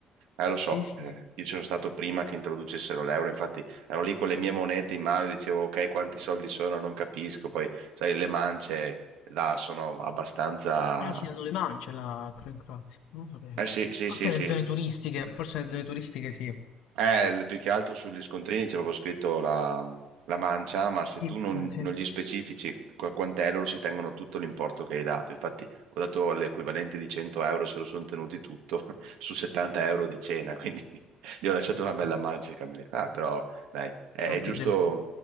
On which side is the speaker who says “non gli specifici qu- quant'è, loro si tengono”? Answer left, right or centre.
Right